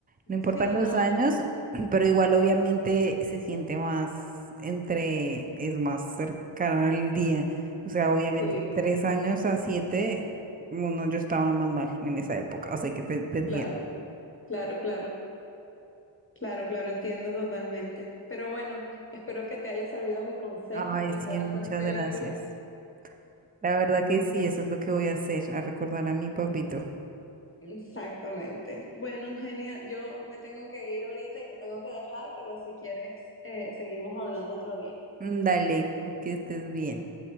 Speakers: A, on the right (about 20°); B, on the left (about 25°).
A: No importan
B: sí,
A: los
B: no,
A: años, <clears throat> pero igual obviamente se siente más entre, es más cercano el día. O sea, obviamente
B: sí,
A: tres años a siete, uno yo estaba más mal en esa época, o sea que te, te entiendo.
B: claro, claro, claro, claro, claro, entiendo totalmente. Pero bueno, espero que te haya servido mi consejo
A: Ay,
B: y
A: sí,
B: puedas
A: muchas
B: ver películas.
A: gracias. La verdad que sí, eso es lo que voy a hacer, a recordar a mi papito.
B: Exactamente. Bueno, Eugenia, yo me tengo que ir ahorita y te tengo que dejar, pero si quieres, eh, seguimos hablando otro día.
A: Mm, Dale, que estés bien.